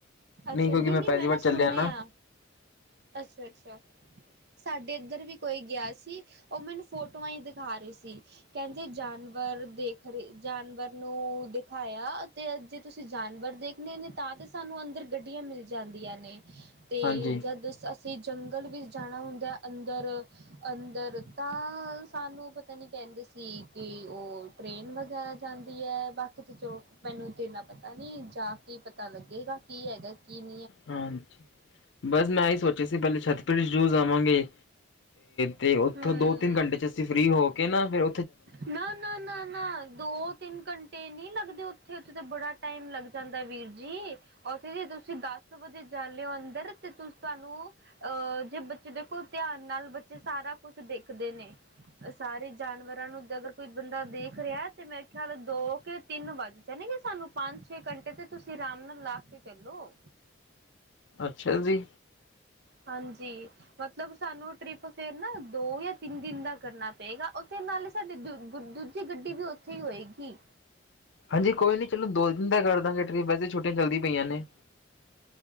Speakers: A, on the right; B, on the left.
A: ਅੱਛਾ
B: ਕਿਉਂਕਿ
A: ਨਹੀਂ ਨਹੀਂ
B: ਪਹਿਲੀ
A: ਮੈਂ
B: ਵਾਰ
A: ਨਾ ਸੁਣਿਆ।
B: ਚੱਲਿਆ
A: ਅੱਛਾ ਅੱਛਾ। ਸਾਡੇ ਇੱਧਰ ਵੀ ਕੋਈ ਗਿਆ ਸੀ ਉਹ ਮੈਨੂੰ ਫੋਟੋਆਂ ਹੀ ਦਿਖਾ ਰਹੀ ਸੀ ਕਹਿੰਦੇ ਜਾਣ। ਵਰ ਦੇਖ ਰਹੇ ਜਾਨਵਰ ਨੂੰ ਦਿਖਾਇਆ ਤੇ ਜੇ ਤੁਸੀਂ। ਤਤੇ ਜਾਨਵਰ ਦੇਖਣੇ ਨੇ ਤਾਂ ਤੇ ਸਾਨੂੰ ਅੰਦਰ ਗੱਡੀਆਂ ਮਿਲ ਜਾਂਦੀਆਂ ਨੇ। ਤੇ
B: ਹਾਂਜੀ
A: ਜਦ। ਅਸੀਂ ਜੰਗਲ ਵਿੱਚ ਜਾਣਾ ਹੁੰਦਾ ਅੰਦਰ ਅੰਦਰ ਤਾਂ ਸਾਨੂੰ ਪਤਾ ਨਹੀਂ ਕਹਿੰਦੇ ਸੀ। ਸੀ ਕਿ ਉਹ ਟ੍ਰਰੇਨ ਵਗੈਰਾ ਜਾਂਦੀ ਹੈ ਬਾਕੀ ਤਾਂ ਜੋ ਮੈਨੂੰ ਤੇ ਇਨ੍ਹਾਂ। ਪਤਾ ਨੀ ਜਾ ਕੇ ਪਤਾ ਲੱਗੇਗਾ। ਕੀ ਹੈਗਾ ਕੀ ਨ।
B: ਹਾਂਜੀ, ਬਸ ਮੈਂ ਇਹੀ ਸੋਚਿਆ ਸੀ ਪਹਿਲੇ ਛੱਤਬੀੜ ਜੂ ਜਾਵਾਂਗੇ। ਤੇ ਉੱਥੋਂ
A: ਹਮ
B: ਦੋ ਤਿੰਨ ਘੰਟੇ ਚ ਅਸੀਂ ਫਰੀ ਹੋ ਕੇ ਨਾ ਫ਼ਿਰ।
A: ਨਾ ਨਾ ਨਾ ਨਾ। ਦੋ ਤਿੰਨ ਘੰਟੇ ਨੀ ਲੱਗਦੇ ਉੱਥੇ ਉੱਥੇ ਤਾਂ ਬੜਾ ਟਾਈਮ ਲੱਗ ਜਾਂਦਾ ਵੀਰ ਜੀ। ਉੱਥੇ ਜੇ ਤੁਸੀਂ ਦਸ ਵਜੇ ਜਾਂਦੇ ਓ ਅੰਦਰ ਤੇ ਤੁਸੀਂ ਤੁਹਾਨੂੰ ਅਹ ਜੇ ਬੱਚੇ ਦੇਖੋ ਧਿਆਨ ਨਾਲ ਬੱਚੇ ਸਾਰਾ ਕੁਛ ਦੇਖਦੇ ਨੇ। ਸਾਰੇ ਜਾਨਵਰਾਂ ਨੂੰ ਅਗਰ ਕੋਈ ਬੰਦਾ ਦੇਖ ਰਿਹਾ ਤੇ ਮੇਰੇ ਖਿਆਲ ਦੋ ਕੇ ਤਿੰਨ ਵੱਜ ਜਾਣਗੇ ਕਿ ਸਾਨੂੰ ਪੰਜ ਛੇ ਘੰਟੇ ਤੇ ਤੁਸੀਂ ਆਰਾਮ ਨਾਲ ਲਾ ਕੇ ਚੱਲੋ।
B: ਅੱਛਾ ਜੀ,
A: ਹਾਂਜੀ, ਮਤਲਬ ਸਾਨੂੰ ਟ੍ਰਿਪ ਫੇਰ ਨਾ ਦੋ ਜਾਂ ਤਿੰਨ ਦਿਨ ਦਾ ਕਰਨਾ ਪਏਗਾ ਉਹਦੇ ਨਾਲ ਸਾਡੇ ਦੂ ਦੂਜੀ ਗੱਡੀ ਵੀ ਉੱਥੇ ਹੀ ਹੋਏਗੀ।
B: ਹਾਂਜੀ ਕੋਈ ਨੀ ਚਲੋ ਦੋ ਦਿਨ ਦਾ ਕਰ ਦਾਂਗੇ ਟ੍ਰਿਪ ਵੈਸੇ ਛੁਟੀਆਂ ਚੱਲਦੀ ਪਈਆਂ ਨੇ।